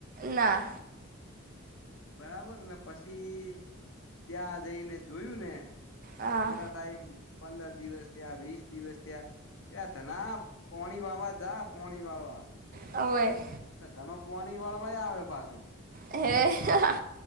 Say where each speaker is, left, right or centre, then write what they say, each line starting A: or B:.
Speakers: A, on the right; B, on the left.
A: ના.
B: બરાબર ને પછી ત્યાં જઈને જોયું ને
A: હા
B: થોડા ટાઈમ પંદર દિવસ થયા વીસ દિવસ થયા. ત્યાં ધનાબ પોણી વાવા જા પોણી વાડવા.
A: હોવે.
B: એટલે ધનોવ પોણી વાળવાય આવે પાછું.
A: હે હા આ